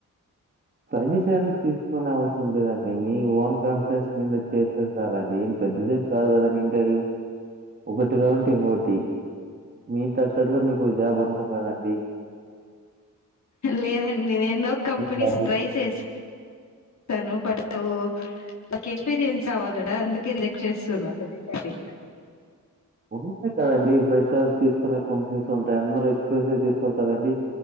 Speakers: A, on the right; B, on the left.
A: సజెషన్ తీసుకునే అవసరం లేదండి. మీ ఓన్ కాన్ఫరెన్స్ మీద చేస్తే చాలండి. ఏం పెద్దదేమి కాదు కదండి ఇంటర్వ్యూ ఒకటిగా కాకుంటే ఇంకోటి మీ తక్కట్గు మీకు జాబ్ ఉంటది కదండి.
B: లేదండి ఇది ఎన్నో కంపెనీ
A: జాబ్
B: ట్రై చేస్ స్తాను బటూ ఒక ఎక్స్పీరియన్స్ కావాలడా అందుకే రిజెక్ట్ చేస్తున్నారు ప్రతిసారి
A: ఉంటాయి కదండి. ఫ్రెషర్స్ తీసుకునే కంపెనీస్ ఉంటాయి, అందరూ ఎక్స్పీరియన్స్ తీసుకోరు కదండి,